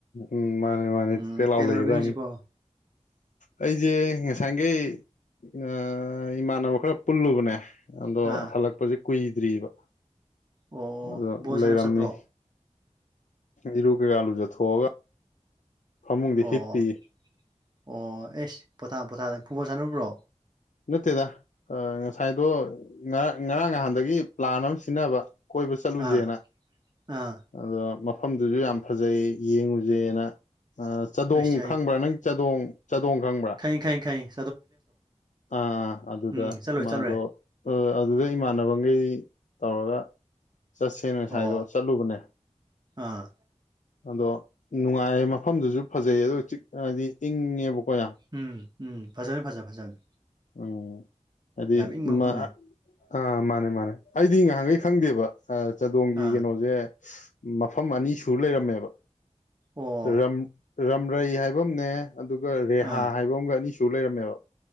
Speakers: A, on the left; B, on the right.
A: ꯎꯝ ꯃꯥꯅꯦ ꯃꯥꯅꯦ
B: ꯎꯝ
A: ꯇꯦꯛ ꯇꯦꯜ ꯂꯥꯎ
B: ꯀꯩꯗꯧꯔꯝꯃꯤꯅꯣ
A: ꯂꯩꯒꯗꯕꯅꯤ꯫
B: ꯍꯧꯖꯤꯛꯄꯣ
A: ꯑꯩꯖꯦ ꯉꯁꯥꯡꯒꯩ ꯑ ꯏꯃꯥꯟꯅꯕ ꯈꯔ ꯄꯨꯜꯂꯨꯕꯅꯦ ꯑꯗꯣ
B: ꯑꯥ
A: ꯍꯜꯂꯛꯄꯁꯦ ꯀꯨꯏꯗ꯭ꯔꯤꯑꯕ꯫
B: ꯑꯣ
A: ꯑ
B: ꯕꯣꯜ ꯁꯥꯟꯅꯕ
A: ꯂꯩꯔꯝꯃꯤ
B: ꯆꯠꯄ꯭ꯔꯣ
A: ꯏꯔꯨ ꯀꯩꯀꯥ ꯂꯨꯖꯊꯣꯛꯑꯒ ꯐꯃꯨꯡꯗ
B: ꯑꯣ
A: ꯍꯤꯞꯄꯤꯌꯦ꯫
B: ꯑꯣ ꯑꯩꯁ ꯄꯣꯊꯥ ꯄꯣꯊꯥ ꯐꯨꯠꯕꯣꯜ ꯁꯥꯟꯅꯨꯕ꯭ꯔꯣ꯫
A: ꯅꯠꯇꯦꯗ ꯉꯁꯥꯏꯗꯣ ꯉꯔꯥꯡ ꯉꯔꯥꯡ ꯅꯍꯥꯟꯗꯒꯤ ꯄ꯭ꯂꯥꯟ ꯑꯃ ꯁꯤꯟꯅꯕ꯫ ꯀꯣꯏꯕ ꯆꯠꯂꯨꯖꯦꯅ꯫
B: ꯑꯥ ꯑꯥ
A: ꯑꯗꯣ ꯃꯐꯝꯗꯨꯁꯨ ꯌꯥꯝ ꯐꯖꯩ ꯌꯦꯡꯉꯨꯖꯦꯅ ꯑ ꯆꯥꯗꯣꯡ
B: ꯑꯁ
A: ꯈꯪꯕ꯭ꯔꯥ ꯅꯪ ꯆꯥꯗꯣꯡ ꯆꯥꯗꯣꯡ ꯈꯪꯕ꯭ꯔꯥ꯫
B: ꯈꯪꯏ-ꯈꯪꯏ-ꯈꯪꯏ
A: ꯑꯥ ꯑꯗꯨꯗ
B: ꯎꯝ ꯆꯠꯂꯨꯔꯦ
A: ꯃꯥꯗꯣ
B: ꯆꯠꯂꯨꯔꯦ
A: ꯑ ꯑꯗꯨꯗꯩ ꯏꯃꯥꯟꯅꯕꯒꯩ ꯇꯧꯔꯒ ꯆꯠꯁꯦꯅ ꯉꯁꯥꯏꯗꯣ
B: ꯑꯣ
A: ꯆꯠꯂꯨꯕꯅꯦ꯫
B: ꯑꯥ
A: ꯑꯗꯣ ꯅꯨꯡꯉꯥꯏꯌꯦ ꯃꯐꯝꯗꯨꯖꯨ ꯐꯖꯩ ꯑꯗꯣ ꯆꯤꯛ ꯍꯥꯏꯗꯤ ꯏꯪꯉꯦꯕꯀꯣ ꯌꯥꯝ꯫
B: ꯎꯝ-ꯎꯝ ꯐꯖꯅꯤ ꯐꯖ-ꯐꯖꯅꯤ
A: ꯑꯪ ꯍꯥꯏꯗꯤ
B: ꯏꯪꯕ
A: ꯎꯝ
B: ꯃꯐꯝꯅꯦ
A: ꯃꯥ ꯑ ꯑꯥ ꯃꯥꯅꯦ-ꯃꯥꯅꯦ ꯑꯩꯗꯤ ꯉꯍꯥꯟꯒꯩ ꯈꯪꯗꯦꯕ꯫ ꯑꯥ ꯆꯥꯗꯣꯡꯒꯤ
B: ꯑꯥ
A: ꯀꯩꯅꯣꯖꯦ ꯃꯐꯝ ꯑꯅꯤ ꯁꯨ ꯂꯩꯔꯝꯃꯦꯕ꯫
B: ꯑꯣ
A: ꯔꯝ-ꯔꯝꯔꯩ ꯍꯥꯏꯕ ꯑꯝꯅꯦ ꯑꯗꯨꯒ ꯔꯦꯍꯥ
B: ꯑꯥ
A: ꯍꯥꯏꯕ ꯑꯝꯒ ꯑꯅꯤꯁꯨ ꯂꯩꯔꯝꯃꯦꯕ꯫